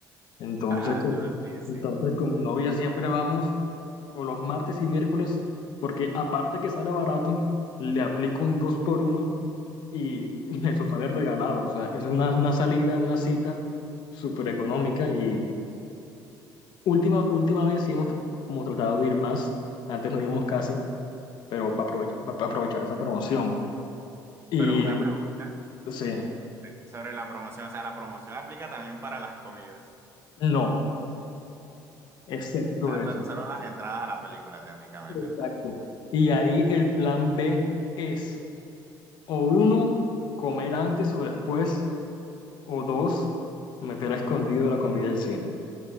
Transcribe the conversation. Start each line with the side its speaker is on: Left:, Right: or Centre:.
Left: Entonces
Right: <laughs>
Left: con,
Right: Sí, sí.
Left: entonces con mi novia siempre vamos o los martes y miércoles, porque aparte que sale barato, le aplico un 2 por uno y <laughs> eso sale regalado. O sea, es una, una salida, una cita súper económica y última, última vez sí hemos como tratado de ir más, antes no íbamos casi, pero para aprovechar esa promoción. Y
Right: Pero una
Left: Claro.
Right: pregunta.
Left: sí,
Right: sobre la promoción. O sea, la promoción aplica también para las comidas.
Left: no, excepto
Right: O sea,
Left: eso.
Right: to- solo las entradas a la película técnicamente,
Left: Exacto.
Right: entonces.
Left: Y ahí el plan B es o uno, comer antes o después O dos, meter a escondido la comida del cine.